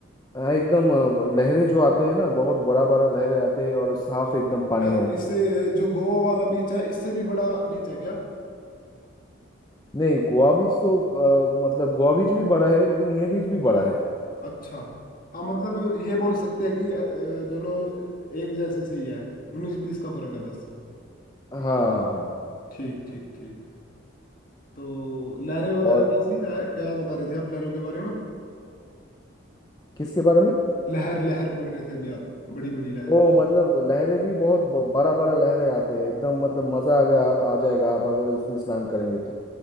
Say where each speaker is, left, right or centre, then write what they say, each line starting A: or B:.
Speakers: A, on the left; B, on the left.
A: हाँ, एकदम अ, लहरें जो आते हैं ना बहुत बड़ा
B: हम्म।
A: बड़ा लहरें आते हैं और साफ एकदम पानी
B: क्या
A: है
B: इससे जो गोवा वाला बीच है इससे भी बड़ा बीच है क्या
A: नहीं गोवा बीच तो अ, मतलब गोवा बीच भी बड़ा है लेकिन ये बीच भी बड़ा है
B: अच्छा हाँ मतलब ये बोल सकते हैं कि अ, अ, दोनों एक जैसे से ही है उन्नीस बीस का फर्क है बस
A: हाँ हाँ हाँ
B: ठीक ठीक ठीक तो लहरें वगैरह
A: और
B: कैसी है क्या बता रहे थे आप लहरों के बारे में
A: किसके बारे में
B: लहर लहर बोल रहे थे अभी आप बड़ी बड़ी लहर
A: ओ मतलब लहरें भी बहुत ब- बड़ा बड़ा लहरें आते हैं एकदम मतलब मजा आ गया आ जाएगा आप अगर उसमें स्नान करेंगे तो